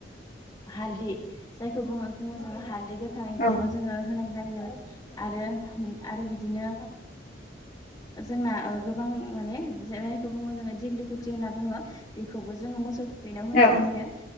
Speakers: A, on the left; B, on the left.
A: हालदि जायखौ <unintelligible> हालदै गोथां इखौबो
B: औ
A: जोंङो होनाय जायो आरो आरो बिदिनो
B: <unintelligible>
A: जोंना गोबां माने जायखौ बुंङो जोंङो दिगलि गुथि होनना बुंङो बेखौबो जोंङो मोसौ बेनाव होनाय
B: औ औ
A: जायो